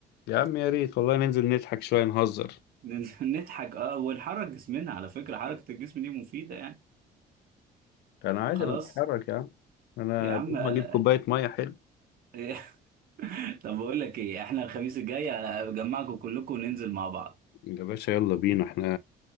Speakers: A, on the left (about 80°); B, on the right (about 60°).
A: يا عم يا ريت والله ننزل نضحك شوية نهزر
B: ننزل <laughs> نضحك اه ونحرك جسمنا على فكرة حركة الجسم دي مفيدة يعني
A: انا عادي
B: خلاص
A: انا بتحرك يا عم انا
B: يا عم
A: بقوم
B: لا.
A: اجيب كوبايه ميه حلو
B: <laughs> طب بقول لك ايه احنا الخميس الجاي هجمعكم كلكم وننزل مع بعض
A: يا باشا يلا بينا احنا